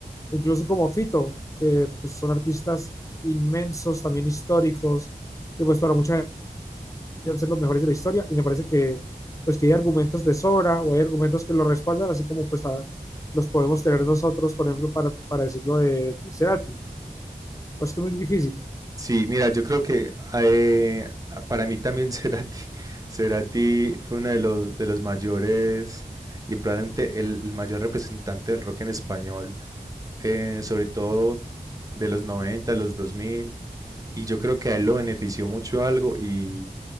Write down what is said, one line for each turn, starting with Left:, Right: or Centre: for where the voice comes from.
Left: o incluso como Fito, que pues son artistas inmensos, también históricos, que pues para mucha gente deben ser los mejores de la historia, y me parece que pues que hay argumentos de sobra, o hay argumentos que lo respaldan, así como pues a- los podemos tener nosotros, por ejemplo, para, para decirlo de, de Cerati. Pues que es muy difícil.
Right: sí, mira, yo creo que eh, para mí también Cerati, <laughs> Cerati fue uno de los, de los mayores y probablemente el, el mayor representante del rock en español, eh, sobre todo de los 90 los 2000 Y yo creo que a él lo benefició mucho algo y,